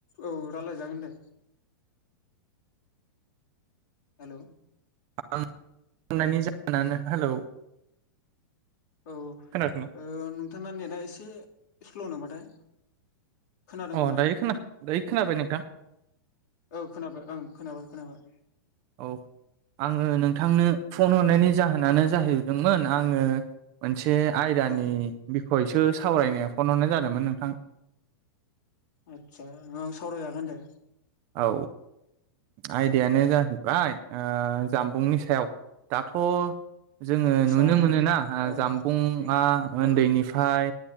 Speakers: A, on the left; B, on the right.
A: औ रायलायजागोन दे। हेलौ
B: आं होन्नायनि जाहोनानो हेलौ।
A: औ
B: खोनादोंना
A: ओ नोंथाङा नेटआ इसे इसकुलाव नामा थाय? खोनादों
B: अ
A: खोनादों
B: दायो खोना दायो खोनाबाय नोंथां
A: औ खोनाबाय ओं खोनाबाय। खोनाबाय
B: औ आङो नोंथांनो फन हरनायनि जाहोनानो जाहैदोंमोन आङो। मोनसे आयदानि
A: औ
B: बिखय थो सावरायनाया फन हरनाय जादोंमोन नोंथां।
A: आतसा औ सावराय जागोन दे।
B: औ आयदायानो जाहैबाय ओ जामबुंनि सायाव दाथ' जोङो
A: आदसा
B: नुनो मोनोना
A: ओं
B: जामबुंआ
A: ओं औ
B: उन्दैनिफ्राय